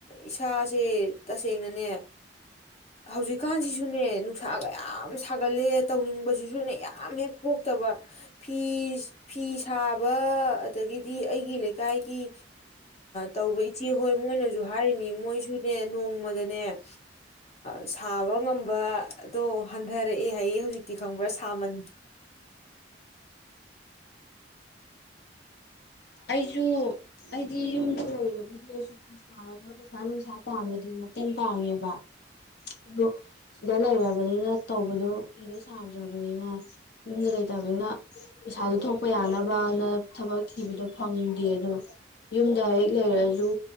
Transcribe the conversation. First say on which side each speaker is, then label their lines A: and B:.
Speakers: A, on the left (about 35°); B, on the left (about 65°).
A: ꯏꯁꯥ ꯁꯦ ꯇꯁꯦꯡꯅꯅꯦ ꯍꯧꯖꯤꯛꯀꯥꯟꯁꯤꯁꯨꯅꯦ ꯅꯨꯡꯁꯥꯒ ꯌꯥꯝ ꯁꯥꯒꯠꯂꯦ ꯇꯧꯅꯤꯡꯕꯁꯤꯁꯨ ꯅ ꯌꯥꯝ ꯍꯦꯛ ꯄꯣꯛꯇꯕ ꯐ ꯐꯤ ꯁꯥꯕ ꯑꯗꯒꯤꯗꯤ ꯑꯩꯒꯤ ꯂꯩꯀꯥꯏꯒꯤ ꯇꯧꯕ ꯏꯆꯦ ꯍꯣꯏ ꯃꯣꯏꯅꯁꯨ ꯍꯥꯏꯔꯤꯅꯤ ꯃꯣꯏꯁꯨ ꯅꯦ ꯅꯣꯡꯃꯗꯅꯦ ꯁꯥꯕ ꯉꯝꯕꯗꯣ ꯍꯟꯊꯔꯛꯑꯦ ꯍꯌꯦ ꯍꯧꯖꯤꯛꯇꯤ ꯈꯪꯕ꯭ꯔꯥ ꯁꯥꯃꯟ
B: ꯑꯩꯁꯨ ꯑꯩꯗꯤ ꯌꯨꯝꯗ ꯂꯩꯔꯕꯨꯗꯤ ꯑꯩꯁꯨ ꯐꯤ ꯁꯥꯔꯒ ꯄꯩꯁꯥ ꯅꯨꯡꯁꯥ ꯇꯥꯡꯕꯗꯤ ꯃꯇꯦꯡ ꯄꯥꯡꯉꯦꯕ ꯑꯗꯨꯣ ꯁꯤꯗ ꯂꯩꯔꯕꯅꯤꯅ ꯇꯧꯕꯗꯣ ꯐꯤꯗꯣ ꯁꯥꯗ꯭ꯔꯕꯅꯤꯅ ꯌꯨꯝꯗ ꯂꯩꯇꯕꯅꯤꯅ ꯄꯩꯁꯥꯗꯣ ꯊꯣꯛꯄ ꯌꯥꯅꯕꯅ ꯊꯕꯛ ꯊꯤꯕꯗꯣ ꯐꯪꯗꯦ ꯑꯗꯣ ꯌꯨꯝꯗ ꯍꯦꯛ ꯂꯩꯔꯁꯨ